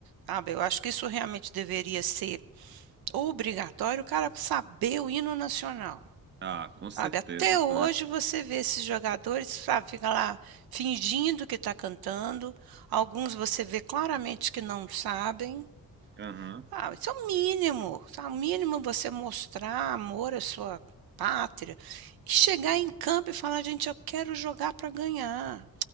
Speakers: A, on the right; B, on the right.
A: Sabe, eu acho que isso realmente deveria ser Obrigatório o cara saber o hino nacional,
B: Ah, com certeza,
A: sabe. Até hoje
B: pô, né?
A: você vê esses jogadores, sabe, fica lá fingindo que está cantando, alguns você vê claramente que não sabem.
B: Aham,
A: Ah, isso é o mínimo, sabe, o mínimo você mostrar amor à sua pátria e chegar em campo e falar: "Gente, eu quero jogar para ganhar".